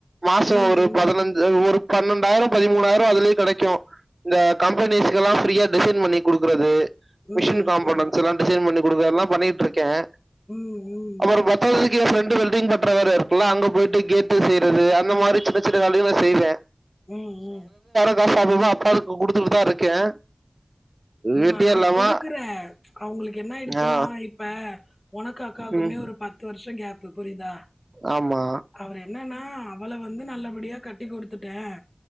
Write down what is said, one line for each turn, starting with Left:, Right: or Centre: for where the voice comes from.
Right: மாசம்
Left: ம்
Right: ஒரு
Left: ம்
Right: பதினஞ்சு ஒரு பன்னெண்டாயிரம் பதிமூணாயிரம் அதுலயே கிடைக்கும் இந்த கம்பெனிஸ்க எல்லாம் ஃப்ரீயா டிசைன் பண்ணி கொடுக்குறது
Left: ம்
Right: மிஷின் காம்பவுண்டன்ஸ்
Left: ம்
Right: எல்லாம் பண்ணி கொடுக்கற எல்லாம் பண்ணிட்டு இருக்கேன்
Left: ம் ம்
Right: அப்பறம்
Left: ம்
Right: பத்தாதக்கு ரெண்டு வெல்டிங் பட்ற வேற இருக்குல்ல அங்க போயிட்டு கேட் செய்யறது அந்த மாதிரி சின்ன சின்ன வேலைகள்லா செய்வேன்
Left: உம் உம்
Right: அக்கா சாமியமாக்க அப்பா குடுத்துட்டு தான் இருக்கேன்
Left: இல்லமா
Right: வெட்டியே இல்லாம
Left: கொடுக்குற அவங்களுக் என்ன ஆயிடுச்சுன்னா
Right: ஆ
Left: இப்ப ஒனக்கு அக்காவுக்குமே
Right: ம்
Left: ஒரு பத்து வருஷம் கேப் புரியுதா
Right: ஆமா
Left: அவர் என்னன்னா அவள வந்து நல்லபடியா கட்டி குடுத் த்துட்டேன்